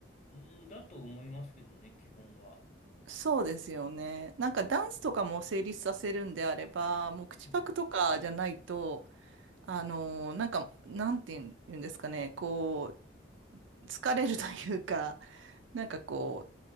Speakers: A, on the left (about 35°); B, on the right (about 75°).
A: うーん、だと思いますけどね、基本は。
B: そうですよね。なんかダンスとかも成立させるんであれば、もう口パクとかじゃないと、
A: はい。
B: あのーなんか、なんていうん言うんですかね、こう、疲れるというか、なんかこ